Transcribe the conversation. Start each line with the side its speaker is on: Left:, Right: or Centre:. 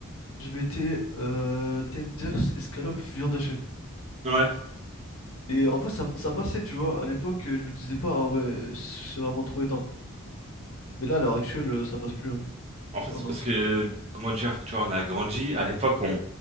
Left: je mettais euh, tenders, escalope, viande hachée.
Right: Ouais.
Left: Et en fait, ça, ça passait, tu vois. À l'époque, euh, je me disais pas, ah ouais, c'est vraiment trop éteint. Mais là, à l'heure actuelle, euh, ça passe plus. hein.
Right: En fait, c'est
Left: Ah non.
Right: parce
Left: c'est-
Right: que, comment dire, tu vois, on a grandi, à l'époque, on,